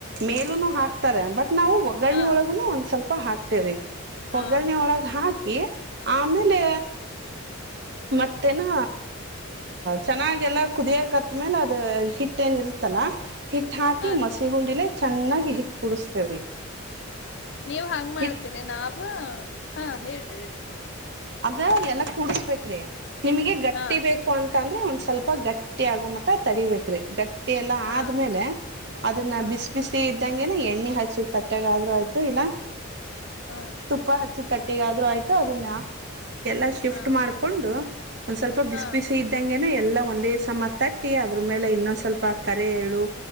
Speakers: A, on the right; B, on the left.
A: ಮೇಲೂನು ಹಾಕ್ತಾರ
B: ಹಾ
A: ಬಟ್ ನಾವು ಒಗ್ಗರಣೆ
B: ಹಾ
A: ಒಳಗುನು ಒಂದ್ ಸ್ವಲ್ಪ ಹಾಕ್ತೇವೆ
B: ಹಾ
A: ಒಗ್ಗರಣೆ
B: ಹಾ
A: ಒಳಗೆ ಹಾಕಿ ಆಮೇಲೆ ಮತ್ತೇನಾ ಚೆನ್ನಾಗಲ್ಲ ಕುದಿಯಕತ್್ಮೇಲೆ ಅದ ಹಿ ಹಿಟ್ಟ ನ್ ಇರುತ್ತಲ್ಲಾ ಹಿಟ್ ಹಾಕಿ
B: ಹಾ ರೀ
A: ಮಸಿ ಗುಂಡಿಲೆ ಚೆನ್ನಾಗಿ ಹಿಟ್ ಕುಡಸ್ತೇವ್ರಿ
B: ನೀವು್ ಹಂಗ್ ಮಾಡ್ತೀರಿ
A: ಹಿಟ್
B: ನಾವು ಹಾ ಹೇಳಿ ಹೇಳಿ
A: ಅದ ಎಲ್ಲ ಕೂಡ್ಸ್ಬೇಕ್ರೀ ನಿಮಗೆ ಗಟ್ಟಿ
B: ಹಾ
A: ಬೇಕ ಕ್ಕು ಅಂತ ಅಂದ್ರೆ ಒಂದ್ ಸ್ವಲ್ಪ ಗಟ್ಟಿ ಆಗೋ ಮಟ್ಟ ತಡಿಬೇಕ ರೀ ಗಟ್ಟಿ ಟ್ಟಿ ಎಲ್ಲ
B: ಹಾ
A: ಆದ್ಮೇಲೆ ಅದನ್ನ
B: ಹಾ
A: ಬಿಸಿ ಬಿಸಿ ಇದ್ದಂಗೆನ ಎಣ್ಣೆ ಹಚ್ಚಿದ ತಟ್ಟೆಗ ಆದ್ೂ ಆಯ್ತು ಇಲ್ಲ
B: ಹಾ
A: ತುಪ್ಪ ಹ ಿ ತಟ್ಟಿಗಾದ್ೂ ಆಯ್ತು ಅದನ್ನ ಎಲ್ಲಾ ಶಿಫ್ಟ್
B: ಹಾ
A: ಮಾಡ್ಕೊಂಡು ಒಂದ್ ಸ್ವಲ್ಪ ಬಿಸಿ
B: ಹಾ
A: ಬಿಸಿ ಇದ ಂಗಗೆನ ಎಲ್ಲ ಒಂದೇ ಸಮ ತಟ್ಟಿ ಅದ್ರ ಮೇಲೆ ಇನ್ನೊಂದ್ ಸ್ವಲ್ಪ ಕರೆಳು